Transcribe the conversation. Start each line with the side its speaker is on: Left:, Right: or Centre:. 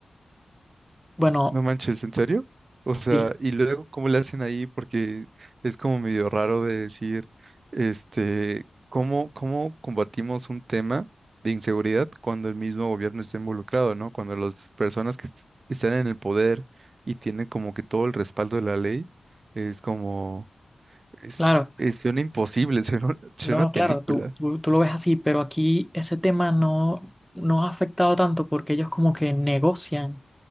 Centre: bueno,
Right: No manches, ¿en serio? O
Centre: sí,
Right: sea, y luego, ¿cómo le hacen ahí? Porque es como medio raro de decir, este, ¿cómo, cómo combatimos un tema de inseguridad cuando el mismo gobierno está involucrado, ¿no? Cuando las personas que est- están en el poder y tienen como que todo el respaldo de la ley, es como, es,
Centre: claro.
Right: es- suena imposible, <laughs> suena, suena
Centre: No,
Right: a película.
Centre: claro, tú, tú, tú lo ves así, pero aquí ese tema no, no ha afectado tanto porque ellos como que negocian